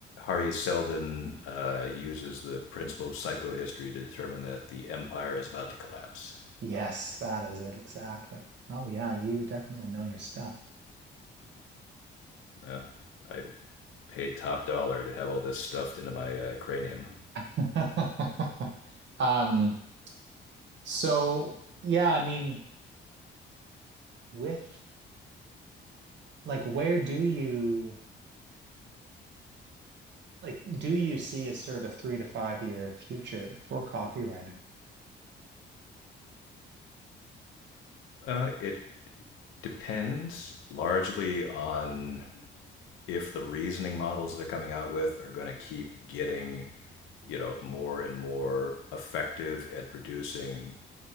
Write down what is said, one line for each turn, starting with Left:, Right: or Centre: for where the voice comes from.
Left: Harry Seldon uh, uses the principle of psychohistory to determine that the empire is about to collapse.
Right: Yes, that is it exactly. Oh yeah, you definitely know your stuff.
Left: Uh, I paid top dollar to have all this stuffed into my uh, cranium.
Right: <laughs> Um, so yeah, I mean, with like where do you like do you see a sort of three to five year future for copywriting?
Left: Uh, it Depends largely on if the reasoning models they're coming out with are going to keep getting, you know, more and more effective at producing,